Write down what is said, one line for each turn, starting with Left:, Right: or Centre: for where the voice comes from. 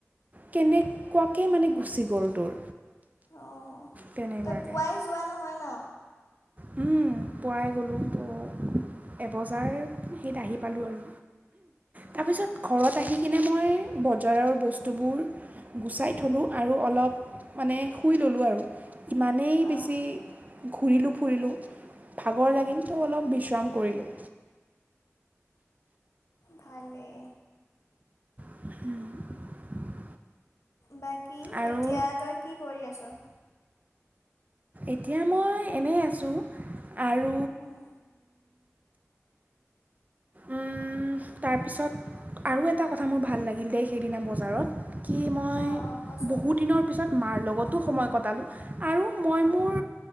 Right: কেনেকুৱাকে মানে গুচি গ'ল দূৰ
Left: অ',
Right: তেনেকুৱাকৈ
Left: তই পুৱাই যোৱা নহয় ন?
Right: হুম, পুৱাই গ'লো, ত' এবজাৰ সেইত আহি পালোঁ আৰু। তাৰপিছত
Left: অঁ
Right: ঘৰত আহি কিনে মই, বজাৰৰ বস্তুবোৰ গুচাই থলোঁ, আৰু অলপ মানে শুই ল'লো আৰু। ইমানেই বেছি
Left: অঁ
Right: ঘূৰিলো ফুৰিলোঁ ভাগৰ লাগিল, ত' অলপ বিশ্ৰাম কৰিলোঁ।
Left: ভালেই।
Right: <inaudible>
Left: বাকী,
Right: আৰু
Left: এতিয়া তই কি কৰি আছ'?
Right: এতিয়া মই এনেই আছোঁ, আৰু
Left: উম,
Right: উম, তাৰপিছত আৰু এটা কথা মোৰ ভাল লাগিল দেই, সেইদিনা বজাৰত। কি মই,
Left: অঁ অঁ কচোন
Right: বহুদিনৰ পিছত মাৰ লগতো সময় কটালো, আৰু মই
Left: অঁ
Right: মোৰ